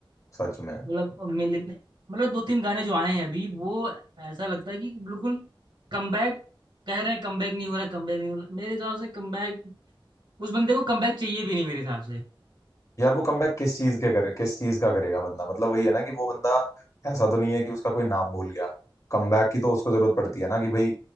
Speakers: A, on the left; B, on the right.
A: सच में
B: मतलब मिलीनियर मतलब दो तीन गाने जो आए हैं अभी वो ऐसा लगता है कि बिल्कुल कमबैक कह रहे हैं कमबैक नहीं हो रहा कमबैक नहीं हो रहा मेरे हिसाब से कमबैक उस बंदे को कमबैक चाहिए भी नहीं मेरे हिसाब
A: यार वो कमबैक किस चीज के करे किस चीज का करेगा बंदा मतलब वही है ना कि वो बंदा ऐसा तो नहीं है कि उसका कोई नाम भूल गया कमबैक की तो उसको जरूरत पड़ती है ना कि भाई